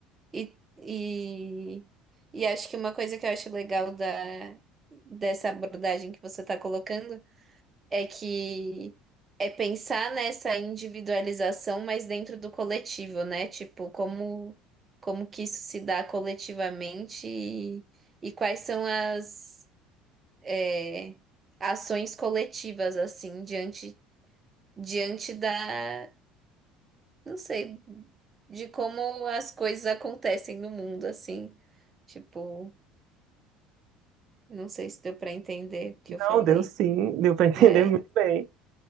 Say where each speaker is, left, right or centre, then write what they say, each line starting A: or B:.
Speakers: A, on the right (about 30°); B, on the right (about 60°).
A: E, e, e acho que uma coisa que eu acho legal da, dessa abordagem que você está colocando. é que é pensar nessa individualização, mas dentro do coletivo, né? Tipo, como como que isso se dá coletivamente e, e quais são as é, ações coletivas assim diante diante da, não sei, de como as coisas acontecem no mundo assim. Tipo, não sei se deu para entender o que eu
B: Não,
A: falei,
B: deu sim, deu para <laughs> entender
A: Uhum. mas
B: muito bem,